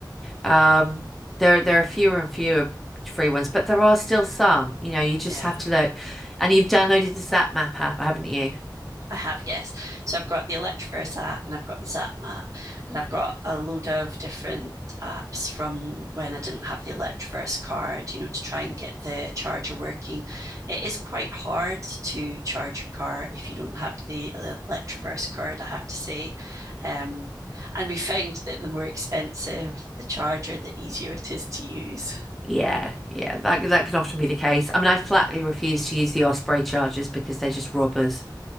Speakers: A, in the centre; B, on the right (about 45°).
A: Um, there there are fewer and fewer free ones, but there are still some. You know, you just
B: Yeah.
A: have to look. And you've downloaded the Zap Map app, haven't you?
B: I have, yes. So I've got the Electroverse app and I've got the Zap map and I've got a load of different apps from when I didn't have the Electroverse card, you know, to try and get the charger working. It is quite hard to charge your car if you don't have the Electroverse card, I have to say. Um, and we found that the more expensive the charger, the easier it is to use.
A: Yeah, yeah, that that can often be the case. I mean, I flatly refuse to use the Osprey chargers because they're just robbers.